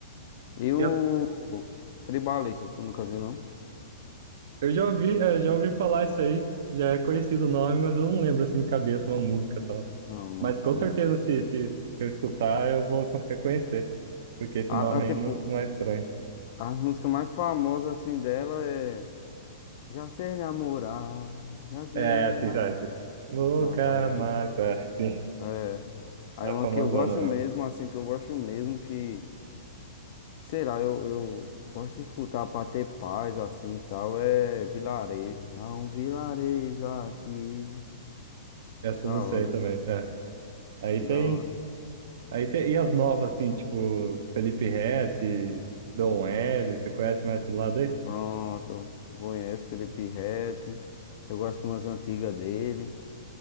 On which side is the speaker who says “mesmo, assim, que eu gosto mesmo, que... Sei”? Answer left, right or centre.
Left